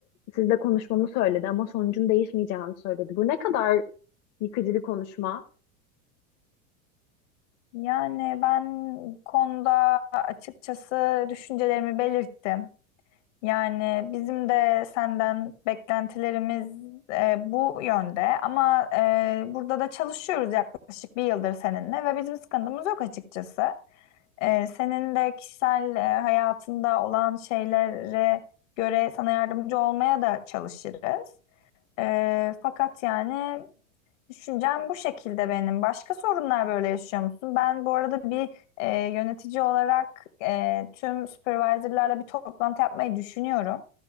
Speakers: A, on the left; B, on the left.
A: sizle konuşmamı söyledi ama sonucun değişmeyeceğini söyledi. Bu ne kadar yıkıcı bir konuşma.
B: Yani ben bu konuda açıkçası düşüncelerimi belirttim. Yani bizim de senden beklentilerimiz e, bu yönde ama e, burada da çalışıyoruz yaklaşık bir yıldır seninle ve bizim sıkıntımız yok açıkçası. E, senin de kişisel e, hayatında olan şeylere göre sana yardımcı olmaya da çalışırız. Ee, fakat yani düşüncem bu şekilde benim. Başka sorunlar böyle yaşıyor musun? Ben bu arada bir e, yönetici olarak e, tüm supervisorlarla bir toplantı yapmayı düşünüyorum.